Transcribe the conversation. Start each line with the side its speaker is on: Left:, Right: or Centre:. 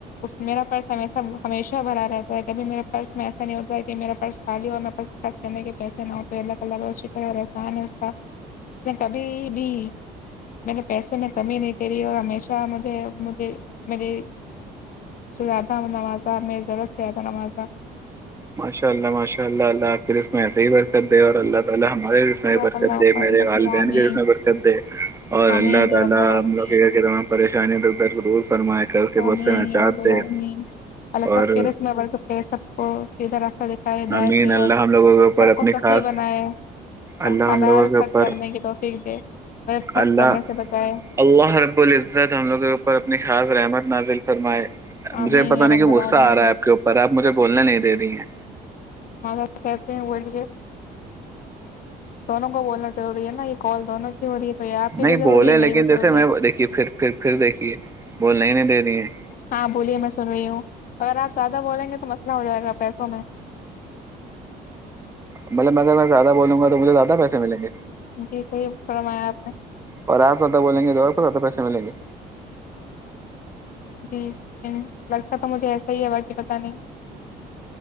Left: اس میرا پرس ہمیشہ بھرا رہتا ہے کبھی میرا پرس میں ایسا نہیں ہوتا کہ میرا پرس خالی ہو اور میں پرس خرچ کرنے کے پیسے نہ تو اللہ تعالی کا شکر ہے اور احسان ہے اس کا اس نے کبھی بھی میرے پیسے میں کمی نہیں کری اور ہمیشہ مجھے مجھے میرے اس سے زیادہ نوازہ میری ضرورت سے زیادہ نوازہ
Right: ماشاء اللہ ماشاء اللہ اللہ آپ اس میں ایسے ہی برکت دے اور اللہ تعالی ہمارے
Left: جزاک
Right: برکت
Left: اللہ
Right: دے
Left: خیرا
Right: میرے
Left: کثیرا
Right: والدین
Left: آمین
Right: کے رس برکت دے اور
Left: آمین
Right: اللہ تعالی
Left: یا رب العالمین
Right: ہم لوگ کہتے پریشانیں تو دور فرمایا گھر کے
Left: آمین
Right: سے نیجات
Left: یا رب العالمین
Right: دے
Left: اللہ سب
Right: اور
Left: کے رزق میں برکت دے سب کو سیدھا ہدایت
Right: امین
Left: دے
Right: اللہ
Left: اور
Right: ہم لوگوں کے اوپر
Left: سب
Right: اپنی
Left: کو سخیح
Right: خاص
Left: بنائیں
Right: اللہ
Left: حلال
Right: ہم لوگوں کے
Left: خرچ
Right: اوپر
Left: کرنے کی توفیق دے غلط خرچ
Right: اللہ
Left: کرنے سے بچائے
Right: اللہ رب العزت ہم لوگ کے اوپر اپنی خاص رحمت نازل فرمائے مجھے
Left: آمین
Right: پتا
Left: یا
Right: نہیں
Left: رب
Right: کہ
Left: العالمین
Right: غصہ آ رہا ہے آپ کے اوپر آپ مجھے بولنے نہیں دے رہی ہیں
Left: <unintelligible> دونوں کو بولنا ضروری ہے نا یہ کال دونوں کی ہو رہی ہے تو یہ آپ کی
Right: نہیں
Left: بھی ضروری
Right: بولے
Left: ہے
Right: لیکن
Left: میری بھی
Right: جیسے
Left: ضروری
Right: میں
Left: ہے
Right: دیکھیے پھر پھر پھر دیکھیے بولنا ہی نہیں دے رہی ہیں
Left: ہاں بولیے میں سن رہی ہوں اگر آپ زیادہ بولیں گے تو مسئلہ ہو جائے گا پیسوں میں
Right: مطلب اگر میں زیادہ بولوں گا تو مجھے زیادہ پیسے ملیں گے
Left: جی سہی فرمایا آپ نے
Right: اور آپ زیادہ بولیں گے تو آپ کو زیادہ پیسے ملیں گے
Left: جی لگتا تو مجھے ایسا ہی ہے باقی پتا نہیں